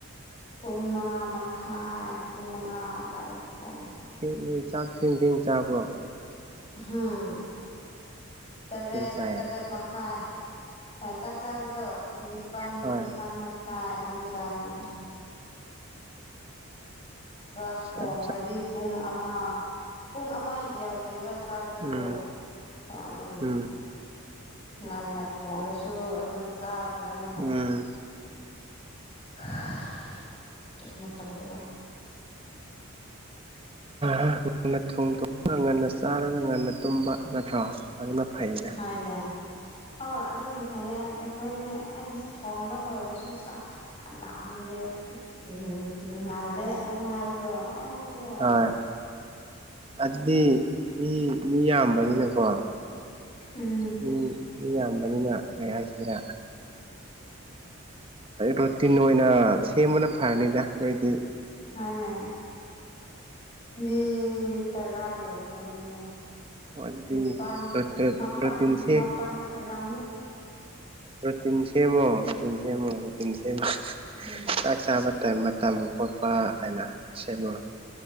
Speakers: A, on the left; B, on the right.
A: ꯄꯨꯡ ꯃꯉꯥ ꯃꯈꯥꯏ ꯄꯨꯡ ꯃꯉꯥ ꯑꯗꯨꯋꯥꯏꯗ ꯊꯣꯡ
B: ꯊꯦꯡ ꯅꯣꯏ ꯆꯥꯛ ꯊꯦꯡ ꯊꯦꯡ ꯆꯥꯕ꯭ꯔꯣ
A: <unintelligible> ꯇꯔꯦꯠ
B: ꯊꯦꯡ ꯆꯥꯏꯌꯦ
A: ꯇꯔꯦꯠ ꯃꯛ ꯈꯥꯏ ꯑꯥ ꯆꯥꯛ ꯆꯥꯕꯗꯣ ꯅꯤꯄꯥꯟ
B: ꯍꯣꯏ
A: ꯅꯤꯄꯥꯟ ꯃꯛ ꯍꯥꯏ ꯑꯗꯨꯝ ꯆꯥꯑꯦ ꯃꯥ꯫ ꯆꯥꯛ
B: ꯎꯝ
A: ꯊꯣꯡꯕꯗꯤ ꯄꯨꯡ ꯑꯃ ꯄꯨꯡ ꯑꯃ ꯌꯧꯗꯦꯕ ꯆꯥꯛꯗꯤꯀꫭ
B: ꯎꯝ
A: ꯊꫭꯡ ꯑꯗꯨꯝ
B: ꯎꯝ
A: ꯉꯟꯅ ꯊꯣꯡꯔꯁꯨ ꯑꯗꯨꯝ ꯆꯥꯗꯕꯅꯤꯅ
B: ꯎꯝ
A: <unintelligible> ꯀꯩꯅ ꯇꯧꯋꯦꯕ꯫ <inaudible>
B: ꯉꯟꯅ ꯊꯣꯡꯊꯣꯛꯑꯒ ꯉꯟꯅ ꯆꯥꯔꯒ ꯉꯟꯅ ꯇꯨꯝꯕ ꯅꯠꯇ꯭ꯔꯣ ꯑꯗꯨꯅ ꯐꯩꯌꯦ꯫
A: ꯍꫭꯏꯅꯦ ꯑ ꯑꯗꯨꯝ ꯐꯩꯌꯦ ꯑꯩꯈꯣꯏꯗꯤ ꯑꯩꯁ ꯊꯣꯡꯕ ꯂꯣꯏꯔꯁꯨ ꯆꯥ ꯑ ꯂꯝꯗꯦ ꯎꯝ ꯉꯜꯂꯦ ꯑꯗꯨꯝ ꯍꯥꯏꯕꯗꯣ ꯑꯦ꯫ ꯑꯣꯏꯔꯗꯤ
B: ꯍꯣꯏ ꯑꯗꯨꯗꯤ ꯃꯤ ꯃꯤ ꯌꯥꯝꯕꯅꯤꯅꯀꯣ꯫
A: ꯎꯝ
B: ꯃꯤ ꯃꯤ ꯌꯥꯝꯕꯅꯤꯅ ꯀꯩ ꯍꯥꯏꯁꯤꯔꯥ꯫ ꯔꯨꯇꯤꯟ ꯑꯣꯏꯅ ꯁꯦꯝꯕꯅ ꯐꯔꯅꯤꯗ ꯑꯩꯈꯣꯏꯗꯤ꯫
A: ꯍꯥꯏꯅꯦ ꯃꯤ ꯇꯔꯥ ꯌꯧꯒꯗꯕꯅꯦ꯫
B: ꯑꯣ ꯑꯗꯨꯗꯤ
A: ꯅꯤꯄꯥꯟ ꯃꯥꯄꯟ
B: ꯔꯨꯇꯤꯟꯁꯦ
A: ꯃꯥꯄꯟ ꯑꯣꯏꯔꯝꯒꯅꯤ꯫
B: ꯔꫭꯇꯤꯟ ꯁꯦꯝꯑꯦ ꯔꫭꯇꯤꯟ ꯁꯦꯝꯑꯦ ꯔꫭꯇꯤꯟ ꯁꯦꯝꯒ <unintelligible> <unintelligible>
A: ꯎꯝ
B: ꯆꯥꯛ ꯆꯥꯕ ꯇꯥꯏꯝ ꯃꯇꯝ ꯈꯣꯠꯄ ꯀꯥꯏꯅ ꯁꯦꯝꯃꯣ꯫